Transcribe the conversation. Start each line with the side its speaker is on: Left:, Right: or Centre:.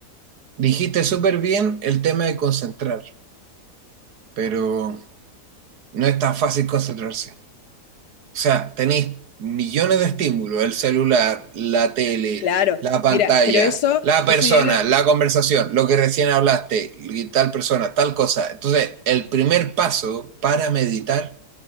Right: Dijiste súper bien el tema de concentrar, pero no es tan fácil concentrarse. O sea, tenéis millones de estímulos, el celular, la tele,
Left: Claro,
Right: la pantalla,
Left: mira, pero eso,
Right: la persona,
Left: eso ya lo,
Right: la conversación, lo que recién hablaste, y tal persona, tal cosa. Entonces, el primer paso para meditar